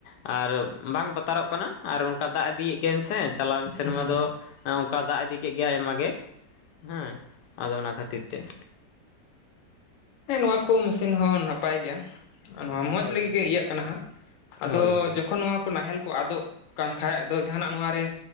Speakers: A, on the left; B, on the left.
A: ᱟᱨ ᱵᱟᱝ ᱵᱟᱛᱟᱨᱚᱜ ᱠᱟᱱᱟ ᱟᱨ ᱚᱱᱠᱟ ᱫᱟᱜ ᱤᱫᱤᱭᱮᱜ ᱜᱤᱭᱟᱹᱧ ᱥᱮ᱾ ᱪᱟᱞᱟᱣᱮᱱ ᱥᱮᱨᱢᱟ
B: ᱦᱩᱸ
A: ᱫᱚ
B: ᱦᱩᱸ
A: ᱚᱝᱠᱟ ᱫᱟᱜ ᱤᱫᱤ ᱠᱮᱜ ᱜᱮᱭᱟᱭ ᱟᱭᱢᱟ ᱜᱮ, ᱦᱮᱸ, ᱟᱫᱚ ᱚᱱᱟ ᱠᱷᱟᱛᱤᱨ ᱛᱮ᱾
B: ᱦᱮᱸ ᱱᱚᱣᱟ ᱠᱚ ᱢᱮᱥᱤᱱ ᱦᱚᱸ ᱱᱟᱯᱟᱭ ᱜᱮᱭᱟ᱾ ᱱᱚᱣᱟ ᱢᱚᱸᱡᱽ
A: ᱦᱳᱭ
B: ᱞᱟᱹᱜᱤᱫ
A: ᱦᱳᱭ
B: ᱜᱮ ᱤᱭᱟᱹᱜ ᱠᱟᱱᱟ ᱦᱟᱸᱜ, ᱟᱫᱚ
A: ᱦᱳᱭ ᱦᱳᱭ
B: ᱡᱚᱠᱷᱚᱱ ᱱᱚᱣᱟ ᱠᱚ ᱱᱟᱦᱮᱞ ᱠᱚ ᱟᱫᱚᱜ ᱠᱟᱱ ᱠᱷᱟᱡ ᱟᱫᱚ ᱡᱟᱸᱦᱟᱱᱟᱜ ᱱᱚᱣᱟ ᱨᱮ